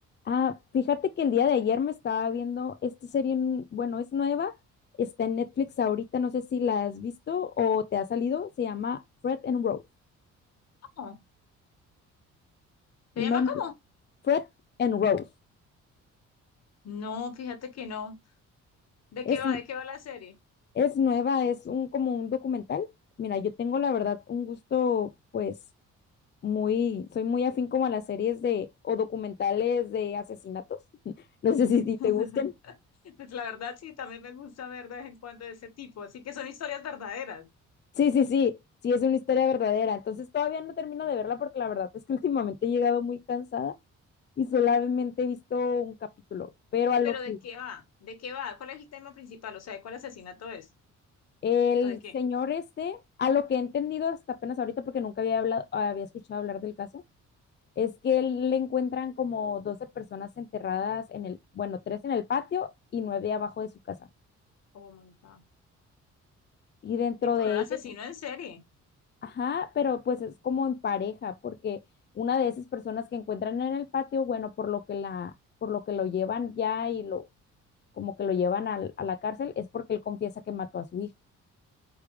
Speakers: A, on the left (about 35°); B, on the left (about 55°).
A: Ah, fíjate que el día de ayer me estaba viendo esta serie, en- bueno, es nueva, está en Netflix ahorita, no sé si la has visto o te ha salido, se llama Fred and Rose.
B: No. ¿Se llama
A: No, no,
B: cómo?
A: Fred and Rose.
B: No, fíjate que no. ¿De
A: Es,
B: qué va? ¿De qué va la serie?
A: es nueva, es un como un documental. Mira, yo tengo la verdad un gusto, pues, muy, soy muy afín como a las series de, o documentales de asesinatos. <laughs> No sé si
B: <laughs>
A: te gusten.
B: Pues la verdad sí, también me gusta ver de vez en cuando de ese tipo, así que son historias verdaderas.
A: Sí, sí, sí, sí, es una historia verdadera. Entonces todavía no termino de verla porque la verdad es que <laughs> últimamente he llegado muy cansada y solamente he visto un capítulo, pero a lo
B: Pero
A: que
B: ¿de qué va? ¿De qué va? ¿Cuál es el tema principal? O sea, ¿de cuál asesinato es?
A: el
B: ¿O de qué?
A: señor este, a lo que he entendido hasta apenas ahorita porque nunca había hablado, había escuchado hablar del caso, es que él- le encuentran como 12 personas enterradas en el, bueno, tres en el patio y nueve abajo de su casa.
B: Oh my God.
A: Y dentro
B: Tipo,
A: de
B: era un asesino
A: ellas
B: en serie.
A: Ajá, pero pues es como en pareja, porque una de esas personas que encuentran en el patio, bueno, por lo que la, por lo que lo llevan ya y lo, como que lo llevan al- a, la cárcel, es porque él confiesa que mató a su hija.